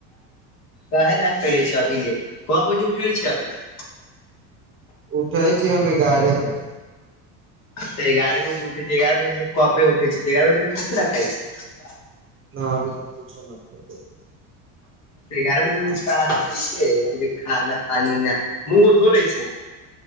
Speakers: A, on the left; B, on the right.
A: के न फैले छै अभी ले क बजे उठेल छै अभी <unintelligible>
B: उठै छीयै अमे एगारेह बजे
A: त एगारह बजे उठै छै एगारह बजे से कबे उठै छै त एगारह ह बजे भी किछु ने खाय छै <unintelligible>
B: न अभी त पूछो न क <inaudible>
A: गयारह बजे उठ क काज करे छिये अभी तक खाना पानि न मुँह ओर धो ले छिये <unintelligible>